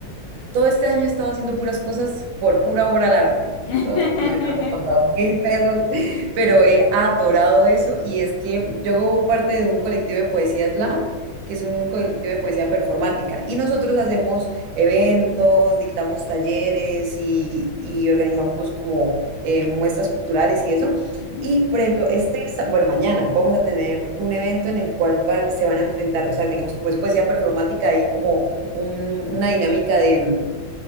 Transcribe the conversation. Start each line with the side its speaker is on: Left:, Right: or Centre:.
Right: todo este año he estado haciendo puras cosas por pura amor al arte.
Left: <laughs> Ujú,
Right: So, me han costado mil pesos, <laughs> pero he adorado eso y es que yo hago parte de un colectivo de poesía slam, que es un colectivo de poesía performática y nosotros hacemos eventos, dictamos talleres y, y organizamos como eh, muestras culturales y eso.
Left: ujú,
Right: Y, por ejemplo, este, sa- bueno, mañana vamos a tener un evento en el cual van- se van a enfrentar, o sea, digamos, como es poesía performática, hay como
Left: Sí,
Right: un- una dinámica de,